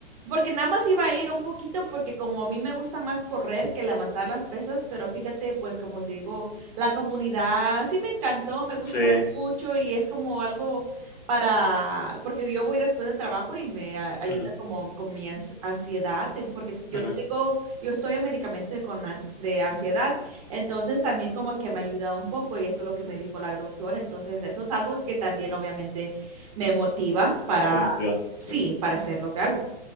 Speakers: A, on the right; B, on the left.
A: porque nada más iba a ir un poquito, porque como a mí me gusta más correr que levantar las pesas, pero fíjate, pues como te digo, la comunidad sí me encantó, me gustó
B: sí.
A: mucho y es como algo para, porque yo voy después del trabajo y me a- ayuda
B: Ujú,
A: como con mi ans- ansiedad, te- porque yo
B: ujú,
A: tengo, yo estoy en medicamento con ans- de ansiedad. Entonces también como que me ayuda un poco y eso es lo que me dijo la doctora. Entonces eso es algo que también obviamente me motiva para,
B: te motiva,
A: sí,
B: sí.
A: para hacer lo que hago.